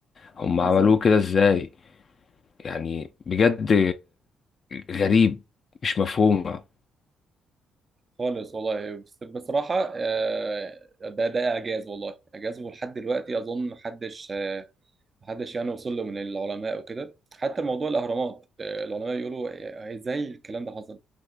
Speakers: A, on the left; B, on the right.
A: هم عملوه
B: بالظبط
A: كده ازاي يعني بجد غريب مش مفهومة
B: خالص والله بس بصراحة آه، ده ده إعجاز والله إعجاز ولحد دلوقتي أظن محدش آه، محدش يعني وصل له من العلماء وكده حتى موضوع الأهرامات آه، العلماء يقولوا آه، إزاي الكلام ده حصل